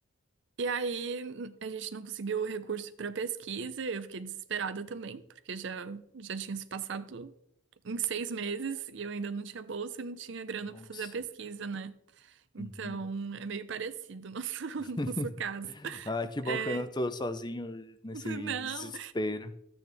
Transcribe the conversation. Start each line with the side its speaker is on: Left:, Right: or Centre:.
Right: e aí a gente não conseguiu o recurso para pesquisa, eu fiquei desesperada também, porque já, já tinha se passado em seis meses e eu ainda não tinha bolsa e não tinha grana
Left: Nossa.
Right: para fazer a pesquisa, né? Então
Left: Uhum.
Right: é meio parecido o nosso, <laughs>
Left: <laughs>
Right: nosso caso.
Left: Ah, que bom
Right: É,
Left: que eu não tô sozinho nesse
Right: <laughs> não,
Left: desespero.